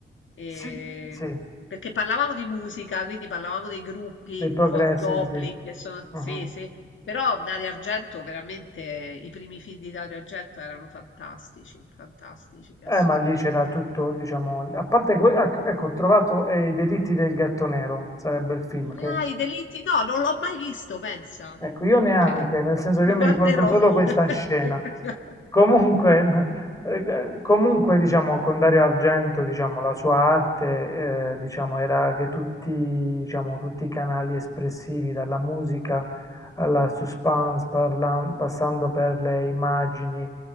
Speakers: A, on the left; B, on the left.
A: e-
B: Sì, sì,
A: perché parlavamo di musica, quindi parlavamo dei gruppi,
B: dei progressive,
A: di Go- i Goblin,
B: sì.
A: che sono, sì,
B: Mhm.
A: sì, però Dario Argento veramente, i primi film di Dario Argento erano fantastici, fantastici,
B: Eh,
A: assolutamente.
B: ma lì c'era tutto, diciamo, a parte que- ec- ecco, ho trovato eh, I delitti del gatto nero, sarebbe il film, che
A: Ah, i delitti? No, non l'ho mai visto, pensa.
B: ecco, io neanche,
A: Ok,
B: nel senso che
A: lo
B: io mi
A: guarderò.
B: ricordo solo questa
A: <laughs>
B: scena. Comunque, n- eh, comunque, diciamo, con Dario Argento, diciamo, la sua arte, eh, diciamo, era che tutti, diciamo, tutti i canali espressivi, dalla musica alla suspense, parlan- passando per le immagini,